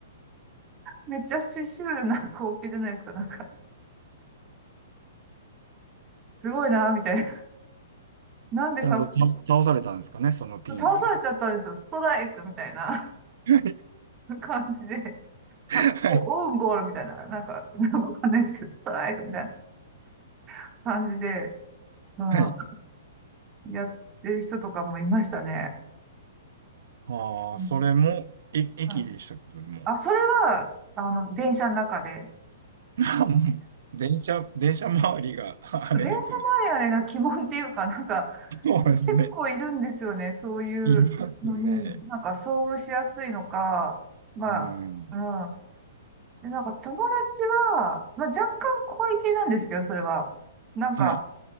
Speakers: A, on the right; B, on the right.
A: めっちゃシシュールな光景じゃないですか、なんか、すごいな、みたいな。なんでか、
B: ちゃんとた倒されたんですかね、そのピンがね。
A: 倒されちゃったんですよ、ストライクみたいな
B: はい。
A: <laughs> 感じで。か、
B: はい。
A: オウンゴールみたいな、なんか、なんかわかんないですけど、ストライクみたいな <laughs> 感じで、うん、
B: はい。
A: やってる人とかもいましたね。
B: ああ、
A: うん
B: それも、え、駅でしたけども。
A: はいあ、それは、あの、電車の中で。
B: あもう <laughs> 電車、電車周りが、ああれですね。
A: 電車マニアな鬼門っていうか、なんか、
B: そうですね。
A: 結構いるんですよね、そういうのに、
B: いますね。
A: なんか遭遇しやすいのか、まあ、
B: うん。
A: うん。で、なんか友達は、まあ若干怖い系なんですけど、それは。なんか、
B: はい。